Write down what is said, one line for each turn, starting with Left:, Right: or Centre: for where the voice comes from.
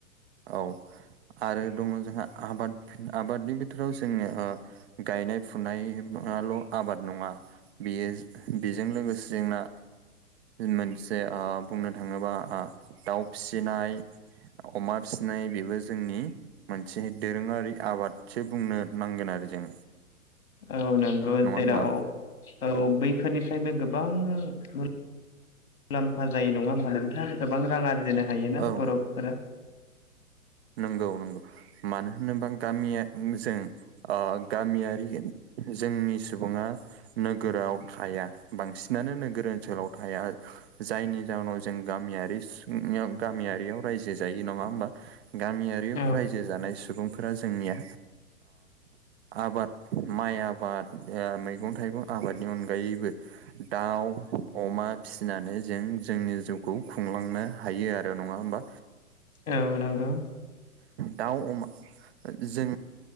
Right: औ आरो दङ जोंहा आबाद आबादनि बिथोराव जोङो गायनाय फुनायल' आबाद नङा बेयो बेजों लोगोसे जेंना मोनसे बुंनो थाङोबा दाउ फिसिनाय अमा फिसिनाय बेबो जोंनि मोनसे दोरोङारि आबादसो बुंनो नांगोन आरो जों
Left: औ नंगौ
Right: नङा
Left: जेराव
Right: होमबा
Left: औ बैफोरनिफ्रायबो गोबां मुलाम्फा जायो नङा होमबा नोंथाङा गोबां रां आरजेनो हायोना
Right: औ
Left: बरफफोरा
Right: नंगौ नंगौ मानो होनोबा गामिया जों गामियारि जोंनि सुबुङा नोगोराव थाया बांसिनानो नोगोर ओनसोलाव थाया जायनि जाउनाव जों गामियारि गामियारियाव रायजो जायो नङा होमबा गामियारि
Left: औ
Right: रायजो जानाय सुबुंफोरा जोंनिया आबाद माइ आबाद मैगं थाइगं आबादनि अनगायैबो दाउ अमा फिसिनानै जों जोंनि जिउखौ खुंलांनो हायो आरो नङा होमबा
Left: औ नगौ
Right: दाउ अमा जों